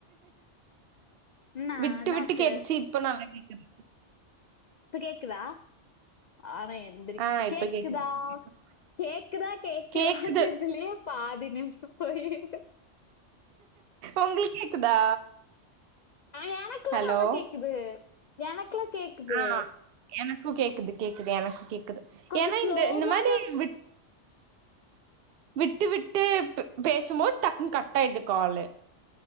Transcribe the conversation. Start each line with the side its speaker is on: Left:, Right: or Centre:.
Left: என்னா
Right: விட்டு
Left: என்னாச்சு
Right: விட்டு கேட்டிச்சு இப்ப நல்லா கேக்குது
Left: இப்ப கேக்குதா ஆனா எந்திரி
Right: ஆ இப்ப
Left: கேக்குதா
Right: கேக்குது இப்ப கேக்குது
Left: கேக்குதா கேக்குதா
Right: கேக்குது
Left: சொல்லியே பாதி நிம்ஷோ போயிரு
Right: ஒங்ளுக் கேக்குதா
Left: ஆ எனக்ல்லா
Right: ஹலோ
Left: நல்லா கேக்குது எனக்ல்லா கேக்குது
Right: ஆ எனக்கு கேக்குது கேக்குது எனக்கு கேக்குது
Left: கொஞ்சோ
Right: ஏனா
Left: ஸ்லோவாதா
Right: இந்த இந்த மாரி விட் விட்டு விட்டு பேசும்போது டக்குன்னு கட்டாயிருது காலு